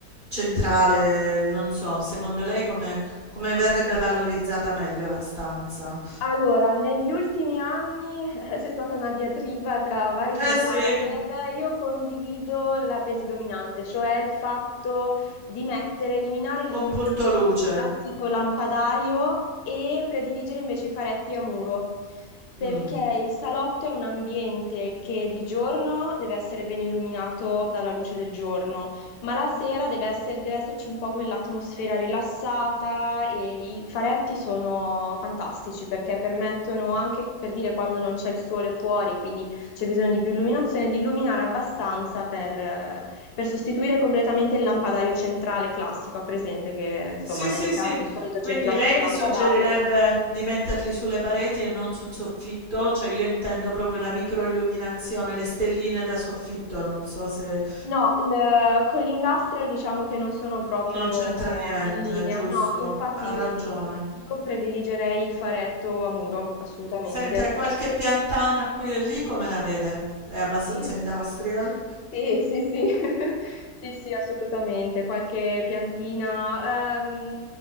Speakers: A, on the right (about 40°); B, on the left (about 65°).
A: centrale, non so, secondo lei come come verrebbe valorizzata meglio la stanza?
B: allora, negli ultimi anni <laughs> eh, c'è stata una diatriba tra vari
A: Eh
B: designer.
A: sì,
B: Io condivido la tesi dominante, cioè il fatto di mettere, eliminare l'illuminazione,
A: un punto luce.
B: quindi il classico lampadario, e prediligere invece i faretti a muro. Perché
A: Mh.
B: il salotto è un ambiente che di giorno deve essere ben illuminato dalla luce del giorno ma la sera deve essere- deve esserci un po' quell'atmosfera rilassata e i faretti sono fantastici perché permettono anche, per dire, quando non c'è il sole fuori, quindi c'è bisogno di più illuminazione, di illuminare abbastanza per, eh, per sostituire completamente il lampadario centrale classico. Ha presente che, insomma,
A: Sì,
B: nelle
A: sì,
B: case
A: sì.
B: di solito
A: Quindi
B: c'è il classico
A: lei mi
B: lampadario.
A: suggerirebbe di metterli sulle pareti e non sul soffitto, cioè io intendo proprio la microilluminazione, le stelline da soffitto, non so se
B: No, il- con l'industrial diciamo che non sono proprio
A: non c'entra niente,
B: in linea,
A: giusto?
B: no, infatti
A: Ha ragione.
B: mh, io prediligerei il faretto a muro, assolutamente.
A: Senta, qualche piantana qui e lì come la vede? È abbastanza
B: Sì.
A: industrial?
B: Sì, sì, sì, <laughs> sì, sì, assolutamente, qualche piantina. Ehm,